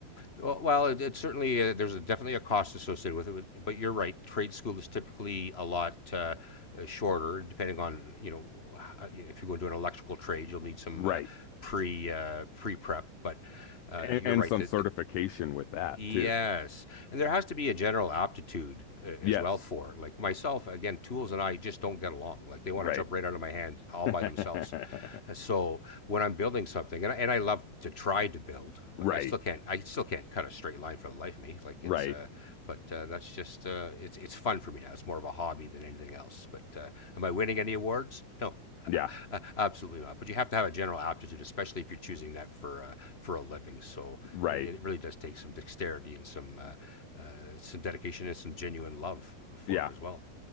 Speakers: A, on the left; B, on the left.
A: Well, well, it, it's certainly uh there's a, definitely a cost associated with it, but, but you're right. Trade school is typically a lot uh, uh, shorter, depending on you know h- if you go into an electrical trade, you'll need some
B: Right.
A: uh, pre uh, pre prep. But uh,
B: And,
A: you're
B: and
A: right
B: some
A: that,
B: certification
A: that
B: with that
A: yes,
B: too.
A: and there has to be a general aptitude uh,
B: Yes.
A: as well for it. like myself. Again, tools and I just don't get along. Like they want
B: Right.
A: to jump right out of my hand all
B: <laughs>
A: by themselves. Uh, So when I'm building something, and I, and I love to try to build, but
B: Right,
A: I still can't. I still can't cut a straight line for the life of me. Like
B: right.
A: it's, uh, but uh, that's just uh, it's it's fun for me now. It's more of a hobby than anything else. But uh, am I winning any awards? No,
B: Yeah,
A: <laughs> absolutely not. But you have to have a general aptitude, especially if you're choosing that for uh, for a living. So
B: right.
A: it, it really does take some dexterity and some uh, uh, some dedication and some genuine love for
B: Yeah.
A: it as well.